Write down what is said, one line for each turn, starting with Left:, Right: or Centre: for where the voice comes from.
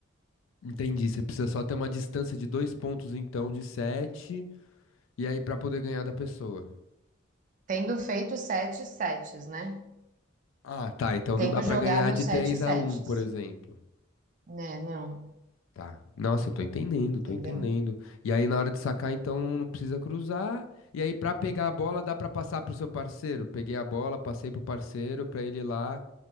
Left: entendi. Você precisa só ter uma distância de dois pontos, então, de sete, e aí pra poder ganhar da pessoa.
Right: Tendo feito sete sets, né?
Left: Ah, tá. Então
Right: Tendo
Left: não dá pra
Right: jogado
Left: ganhar de
Right: os sete
Left: 3
Right: sets,
Left: a um, por exemplo.
Right: né? Não,
Left: Tá. Nossa, eu tô entendendo, tô
Right: entendeu?
Left: entendendo. E aí na hora de sacar, então um não precisa cruzar. E aí pra pegar a bola dá pra passar pro seu parceiro. Peguei a bola, passei pro parceiro pra ele ir lá